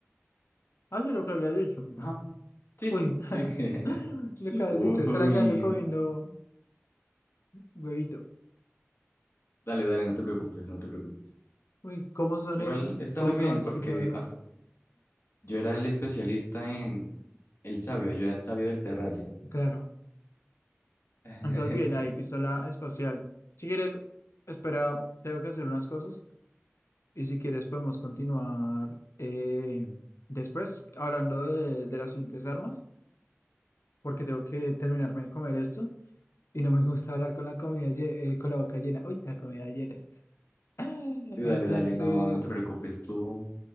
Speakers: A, on the left; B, on the left.
A: Hace lo que había dicho.
B: Ajá. Sí,
A: Uy,
B: sí,
A: <laughs>
B: sí. <laughs>
A: lo que había
B: Uy.
A: dicho. Espera que no comiendo huevito.
B: Dale, dale, no te preocupes, no te preocupes.
A: Uy, ¿cómo soné?
B: Igual está
A: ¿Cómo,
B: muy bien
A: cómo se
B: porque
A: escuchó mi voz?
B: a, Yo era el especialista en el sabio, yo era el sabio del Terraria.
A: Claro.
B: <laughs>
A: Entonces, bien, ahí, pistola espacial. Si quieres, espera, tengo que hacer unas cosas. Y si quieres, podemos continuar eh, después hablando de, de las siguientes armas, porque tengo que terminarme de comer esto. Y no me gusta hablar con la comida, lle- eh, con la boca llena. Uy, la comida llena. <laughs>
B: Sí, dale,
A: Entonces,
B: dale, no, no te preocupes, tú,